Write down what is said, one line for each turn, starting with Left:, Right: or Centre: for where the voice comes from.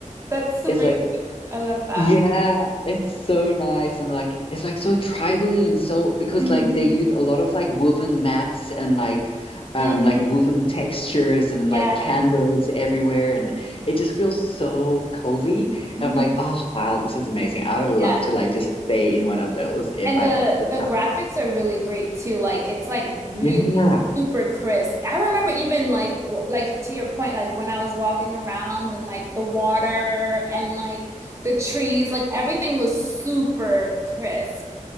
Right: That's super
Left: it's like
Right: cute. I love that.
Left: yeah, it's so nice and like it's like so tribally and so because
Right: hmm
Left: like they use a lot of like woven mats and like um
Right: hmm
Left: like woven textures and
Right: Yeah.
Left: like candles everywhere and it just feels so cozy.
Right: hmm
Left: I'm like, oh wow, this is amazing. I would love
Right: Yeah.
Left: to like just stay in one of those if
Right: And
Left: I
Right: the
Left: had the
Right: the
Left: chance.
Right: graphics are really great too. Like it's like really
Left: Yeah,
Right: super crisp. I remember even like w- like to your point, like when I was walking around and like the water and like the trees, like everything was super crisp.